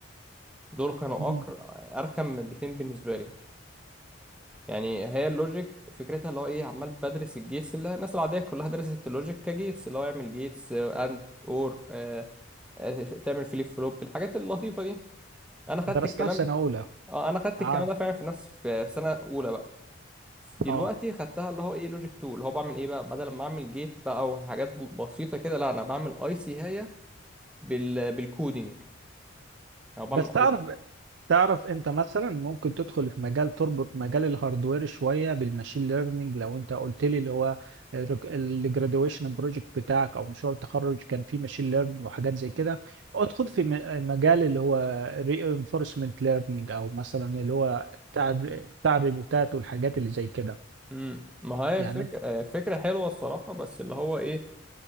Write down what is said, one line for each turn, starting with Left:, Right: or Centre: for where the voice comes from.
Centre: دول كانوا
Right: مم.
Centre: أكر أرخم مادتين بالنسبة لي يعني هي اللوجيك فكرتها اللي هو إيه عمال بدرس الجيتس اللي الناس العادية كلها درست اللوجيك كجيتس اللي هو يعمل جيتس أند أور آه، آه، تعمل فليب فلوب الحاجات اللطيفة دي أنا خدت
Right: درستها
Centre: الكلام
Right: في سنة اولى
Centre: أه أنا خدت
Right: عارف
Centre: الكلام ده فعلا في نفس في سنة أولى بقى دلوقتي
Right: اه
Centre: خدتها اللي هو ايه لوجيك 2 اللي هو بعمل ايه بقى بدل ما اعمل جيت بقى وحاجات بسيطه كده لا انا بعمل اي سي هي بال بالكودينج او بعمل
Right: بس تعرف تعرف انت مثلا ممكن تدخل في مجال تربط مجال الهاردوير شويه بالماشين ليرنينج لو انت قلت لي اللي هو الجراديويشن بروجكت بتاعك او مشروع التخرج كان فيه ماشين ليرنينج وحاجات زي كده ادخل في م- مجال اللي هو reinforcement ليرنينج او مثلا اللي هو بتاع الر- بتاع الريبوتات والحاجات اللي زي كده
Centre: امم ما هي
Right: يعني
Centre: الفكرة فكرة حلوة الصراحة بس اللي هو ايه